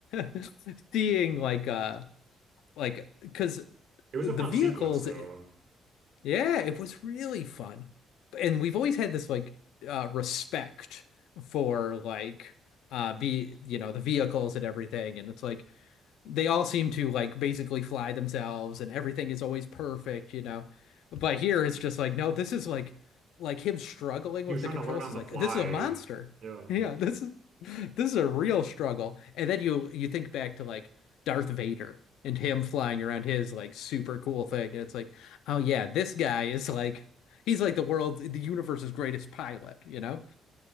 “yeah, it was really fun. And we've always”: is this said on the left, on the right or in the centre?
Left